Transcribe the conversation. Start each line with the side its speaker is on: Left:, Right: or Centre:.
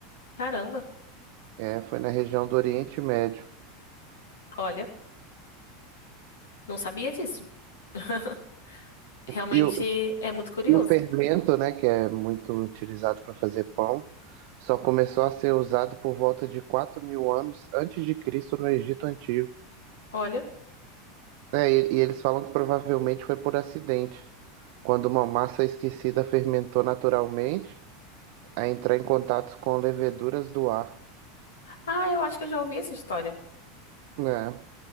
Left: Caramba.
Right: é, foi na região do Oriente Médio.
Left: Olha, não sabia disso. <laughs> Realmente
Right: E o,
Left: é muito curioso.
Right: e o fermento, né, que é muito utilizado para fazer pão, só começou a ser usado por volta de 4 mil anos antes de Cristo no Egito Antigo.
Left: Olha.
Right: É, e, e eles falam que provavelmente foi por acidente, quando uma massa esquecida fermentou naturalmente a entrar em contato com leveduras do ar.
Left: Ah, eu acho que eu já ouvi essa história.
Right: É,